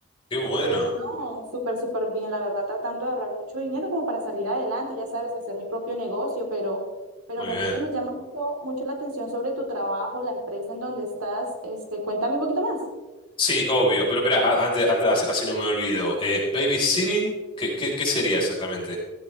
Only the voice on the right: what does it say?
pero no, súper, súper bien, la verdad, tratando de ahorrar mucho dinero como para salir adelante, ya sabes, hacer mi propio negocio, pero, pero
me,
me llama mucho, mucho la atención sobre tu trabajo, la empresa en donde estás. Este, cuéntame un poquito más.